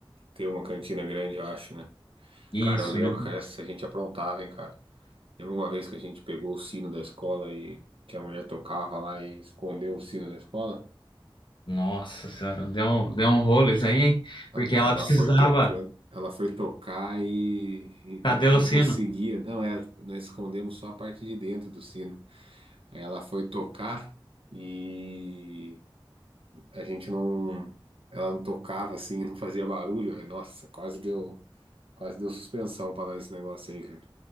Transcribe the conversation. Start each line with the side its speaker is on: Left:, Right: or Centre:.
Right: ter uma cantina grande, eu acho, né?
Left: Isso,
Right: Cara, eu lembro
Left: né?
Right: que essa a gente aprontava, hein, cara. Lembro uma vez que a gente pegou o sino da escola e que a mulher tocava lá e escondeu o sino da escola.
Left: Nossa senhora, deu, um- deu um rolo isso aí, hein?
Right: Ela
Left: Porque ela
Right: ela
Left: precisava.
Right: foi tocando, ela foi tocar e, e não,
Left: Cadê o
Right: não conseguia.
Left: sino?
Right: Não, é, nós escondemos só a parte de dentro do sino. Aí ela foi tocar e a gente não, ela não tocava assim, não fazia barulho. Nossa, quase deu, quase deu suspensão para nós esse negócio aí, cara.